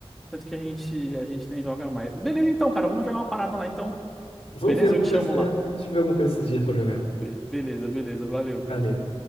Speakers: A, in the centre; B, on the left (about 90°).
A: tanto que a gente a gente nem joga mais. Beleza então, cara, vamos jogar uma parada lá então.
B: Vamos
A: Beleza?
B: ver alguma
A: Eu te
B: coisa.
A: chamo lá.
B: É, a gente vê alguma coisa esses dias pra jogar.
A: Be- beleza, beleza. Valeu, cara.
B: Valeu.